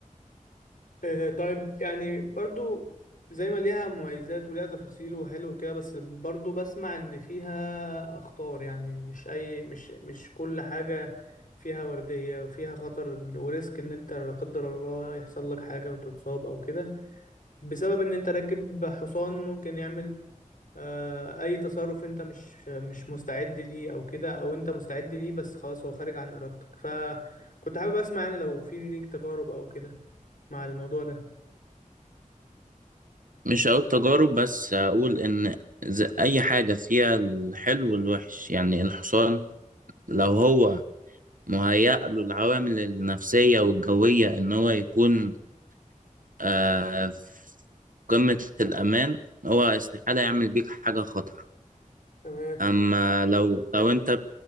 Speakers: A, on the left; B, on the right.
A: آه طيب يعني برضو زي ما ليها مميزات وليها تفاصيل وحلو كده بس برضو بسمع ان فيها اخطار يعني مش اي مش مش كل حاجة فيها وردية فيها خطر وريسك ان انت لا قدر الله يحصل لك حاجة وتتصاب او كده بسبب ان انت راكب حصان ممكن يعمل آه، اي تصرف انت مش مش مستعد ليه او كده او انت مستعد ليه بس خلاص هو خارج عن ارادتك فكنت حابب اسمع يعني لو في ليك تجارب او كده مع الموضوع ده
B: مش هقول تجارب بس أقول إن ز- أي حاجة فيها الحلو والوحش يعني الحصان لو هو مهيأ له العوامل النفسية والجوية إن هو يكون آه في قمة الأمان هو استحالة يعمل بيك حاجة خطر
A: تمام
B: أما لو لو أنت